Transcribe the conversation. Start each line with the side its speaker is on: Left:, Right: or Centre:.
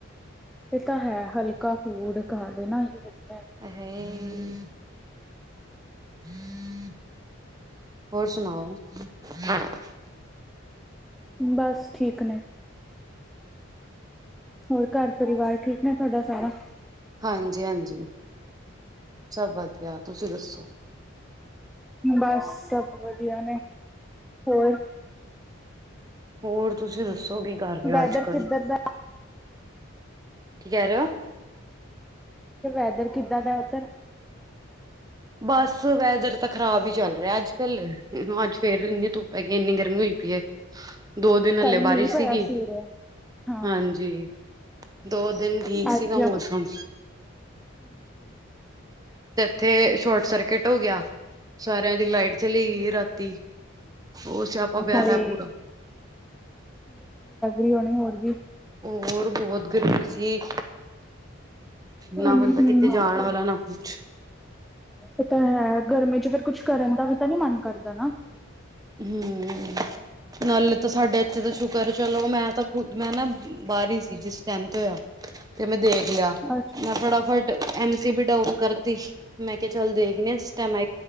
Centre: ਇਹ ਤਾਂ ਹੈ ਹਲਕਾ ਫੂਡ। ਕਾਹਦੇ ਨਾ ਸੀ ਫੇਰ।
Right: <unintelligible> <inaudible> ਹੋਰ ਸੁਣਾਓ। <inaudible>
Centre: ਬਸ ਠੀਕ ਨੇ ਹੋਰ ਘਰ ਪਰਿਵਾਰ ਠੀਕ ਨੇ ਤੁਹਾਡਾ ਸਾਰਾ।
Right: ਹਾਂਜੀ-ਹਾਂਜੀ, ਸਭ ਵਧੀਆ ਤੁਸੀਂ ਦੱਸੋ।
Centre: ਬਸ ਸਭ ਵਧੀਆ ਨੇ ਹੋਰ।
Right: ਹੋਰ ਤੁਸੀਂ ਦੱਸੋ ਕੀ ਕਰ ਰਹੇ
Centre: ਵੈਦਰ
Right: ਹੋ ਅੱਜ ਕੱਲ,
Centre: ਕਿੱਧਰ ਦਾ
Right: ਕੀ ਕਹਿ ਰਹੇ ਔ।
Centre: ਵੈਦਰ ਕਿੱਦਾਂ ਦਾ ਉੱਧਰ,
Right: ਬਸ, ਵੈਦਰ ਤਾਂ ਖਰਾਬ ਹੀ ਚੱਲ ਰਿਹਾ ਅੱਜ ਕੱਲ ਅੱਜ ਫੇਰ ਇੰਨੀ ਧੁੱਪ ਹੈੈਗੀ ਇੰਨੀ ਗਰਮੀ ਹੋਈ ਪਈ ਹੈ। ਦੋ ਦਿਨ
Centre: ਕੱਲ
Right: ਹਲੇ
Centre: ਮੀਂਹ
Right: ਬਾਰਿਸ਼
Centre: ਪਿਆ
Right: ਸੀਗੀ
Centre: ਸਵੇਰੇ ਹਾਂ
Right: ਹਾਂਜੀ ਦੋ ਦਿਨ ਠੀਕ ਸੀਗਾ
Centre: ਅੱਜ
Right: ਮੌਸਮ ਤੇ, ਸਰਕਿਟ ਹੋ ਗਿਆ ਸਾਰਿਆਂ ਦੀ ਲਾਈਟ ਚਲੀ ਗਈ, ਰਾਤੀ ਉਹ ਸਿਆਪਾ ਪਿਆ
Centre: ਹਾਏ
Right: ਰਾਤ ਪੂਰਾ।
Centre: ਰੀ ਹੋਣੀ ਹੋਰ ਵੀ,
Right: ਹੋਰ ਬਹੁਤ ਗਰਮੀ ਸੀ।
Centre: ਹੂੰ
Right: ਨਾ ਬੰਦਾ
Centre: ਹੂੰ
Right: ਕਿੱਥੇ ਜਾਣ ਵਾਲਾ ਨਾ ਕੁਛ, ਦਾ ਬੰਦਾ ਕਿੱਥੇ ਜਾਣ ਵਾਲਾ
Centre: ਇਹ ਤਾਂ ਹੈ ਗਰਮੀ ਚ ਫਿਰ ਕੁਛ ਕਰਨ ਦਾ ਵੀ ਤਾਂ ਨੀ ਮਨ ਕਰਦਾ ਨਾ।
Right: ਹੂੰ, ਨਾਲ ਤਾਂ ਸਾਡੇ ਇੱਥੇ ਦਾ ਸ਼ੁਕਰ ਚਲੋ, ਮੈਂ ਤਾਂ ਖੁਦ ਮੈਂ ਨਾ ਬਾਹਰ ਹੀ ਸੀ, ਜਿਸ ਟਾਈਮ ਤੇ ਹੋਇਆ ਤੇ ਮੈਂ ਦੇਖ ਲਿਆ
Centre: ਅੱਛਾ
Right: ਮੈਂ ਫਟਾਫਟ ਐਮ ਸੀ ਵੀ ਡਾਊਨ ਕਰਤੀ ਸੀ, ਮੈਂ ਕਿਹਾ ਚੱਲ ਦੇਖਦੇ ਆ ਜਿਸ ਟਾਈਮ ਆ